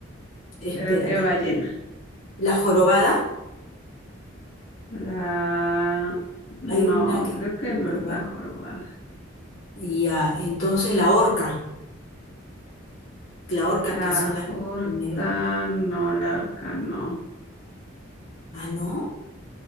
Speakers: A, on the left (about 60°); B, on the left (about 80°).
A: ¿Pero
B: Espérate.
A: qué ballena?
B: La jorobada.
A: La... No,
B: Hay una que
A: creo que
B: es
A: no
B: jorobada.
A: es la jorobada.
B: Y ah, entonces la orca, la orca
A: La
B: que son las blancas
A: orca,
B: y negro.
A: no, la orca no.
B: Ah, no.